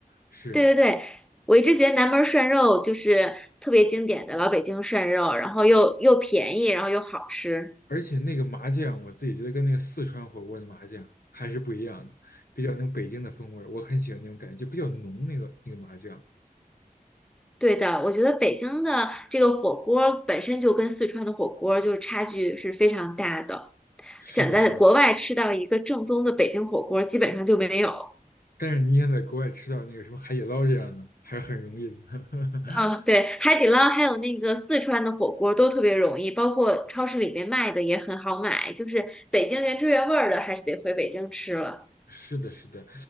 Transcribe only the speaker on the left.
是，
而且那个麻酱，我自己觉得跟那个四川火锅的麻酱还是不一样的，比较那种北京的风味儿，我很喜欢那种感觉，就比较浓那个那个麻酱。
是的，
是的，但是你想在国外吃到那个什么海底捞这样的，还是很容易的。<laughs>
是的，是的，